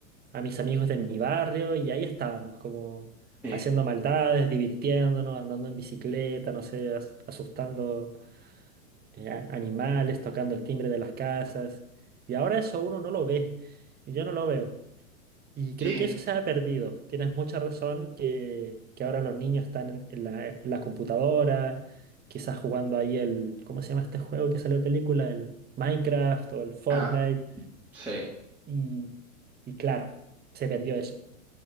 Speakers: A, on the right (about 20°); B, in the centre.
A: a mis amigos de mi barrio y ahí estábamos, como
B: Sí.
A: haciendo maldades, divirtiéndonos, andando en bicicleta, no sé, as- asustando. eh, a- animales tocando el timbre de las casas. Y ahora eso uno no lo ve. Yo no lo veo. Y creo
B: Sí.
A: que eso se ha perdido. Tienes mucha razón que, que ahora los niños están en, en la, en la computadora, quizás jugando ahí el, ¿cómo se llama este juego que salió de película? El Minecraft o el Fortnite.
B: Ah, sí.
A: Y, y claro, se perdió eso.